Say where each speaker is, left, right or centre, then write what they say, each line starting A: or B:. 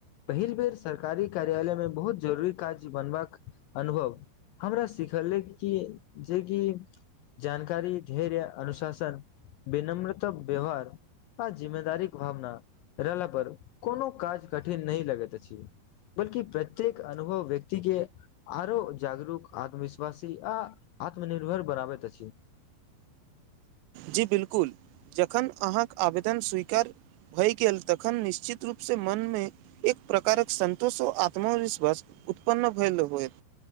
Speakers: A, on the left; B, on the right.
A: पहिल बेर सरकारी कार्यालय मे बहुत जरूरी काज बनबाक अनुभव हमरा सिखलैक कि जेकि जानकारी धैर्य अनुशासन विनम्रता व्यवहार आ जिम्मेदारी भावना रहला पर कोनो काज कठिन नहि लगैत अछि बल्कि प्रत्येक अनुभव व्यक्ति के आरो जागरूक आत्मविश्वासी आ आत्मनिर्भर बनाबैत अछि
B: जी बिल्कुल जखन अहाँक आवेदन स्वीकार भए गेल तखन निश्चित रूपसँ मनमे एक प्रकारक सतोष ओ आत्मविश्वास उत्पन्न भएल होएत